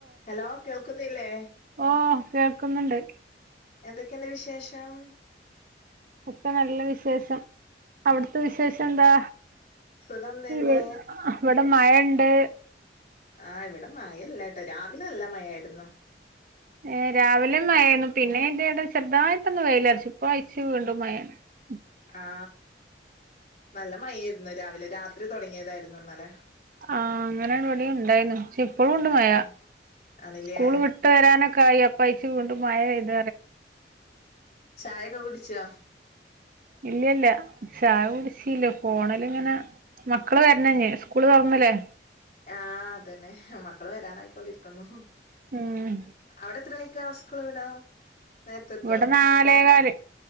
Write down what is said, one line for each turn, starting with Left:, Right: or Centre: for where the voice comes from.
Left: Hello കേൾക്കുന്നില്ലേ?
Right: ഓ കേൾക്കുന്നുണ്ട്.
Left: എന്തൊക്കെയുണ്ട് വിശേഷം?
Right: ഒക്കെ നല്ല വിശേഷം. അവിടുത്തെ വിശേഷം എന്താ?
Left: സുഖം തന്നെ
Right: ഇവ ഇവിടെ മഴയുണ്ട്.
Left: ആ ഇവിടെ മഴയില്ലട്ടോ രാവിലെ ന ല്ല മഴായിരുന്നു.
Right: ഏ രാവിലും
Left: ഇപ്പം
Right: മയരുന്നു
Left: മ
Right: പിന്നെ ആയിൻ്റെ ഇടം ചെറുതായിട്ടോന്ന് വെയിലറച് ഇപ്പായി <unintelligible> മയാണ് ഉം
Left: ആ നല്ല മഴായിരുന്നു രാവിലെ രാത്രി തുടങ്ങിയതായിരുന്നു ഇന്നലെ.
Right: ആ അങ്ങനെവടെ ഉണ്ടായിരുന്നു പക്ഷെ ഇപ്പോഴും ഉണ്ട്
Left: ആ
Right: മയാ
Left: ആണില്ലേ
Right: സ്കൂള് വിട്ട് വരാനൊക്കെ ആയി അപ്പ പൈയിച്ച വീണ്ടും മഴ പെയ്ത
Left: ചായൊക്കെ കുടിച്ചാ?
Right: ഇല്ലില്ല ചായ കുടിച്ചീല്ല ഫോണലിങ്ങനെ മക്കള് വരണഞ്ഞി സ്കൂള് തുറന്നല്ലേ.
Left: ആ അതന്നെ മക്കള് വരാനായിക്കൊണ്ടിരിക്കുന്നു.
Right: ഉം
Left: അവിടെ എത്രണ കാ സ്ക്കൂൾ വിടാ? നേരത്തെ എത്തോ
Right: ഇവിടെ നാലേകാല്
Left: മക്കള്